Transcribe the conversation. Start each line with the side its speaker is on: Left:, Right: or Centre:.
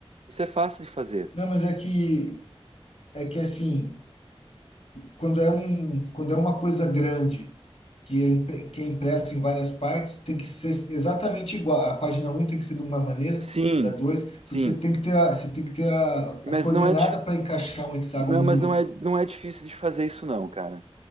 Right: Isso é fácil de fazer.
Left: Não, mas é que, é que assim. quando é um, quando é uma coisa grande que é, impre- que é impressa em várias partes, tem que ser exatamente igual. A página um tem que ser de uma maneira,
Right: Sim,
Left: da 2
Right: sim.
Left: porque você tem que ter a, você tem que ter a,
Right: Mas
Left: a coordenada
Right: não é, dif-
Left: para encaixar um hexágono
Right: não,
Left: no
Right: mas não
Left: outro.
Right: é, não é difícil de fazer isso, não, cara.